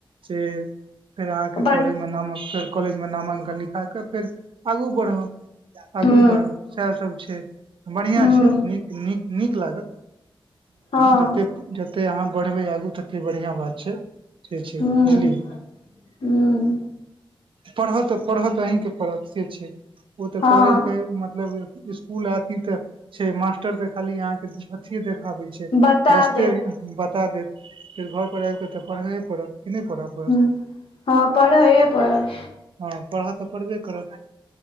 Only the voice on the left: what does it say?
बन
हूँ
हूँ
हँ
हूँ
हूँ
हँ
बता देत
ह हँ पढ़ैए परत।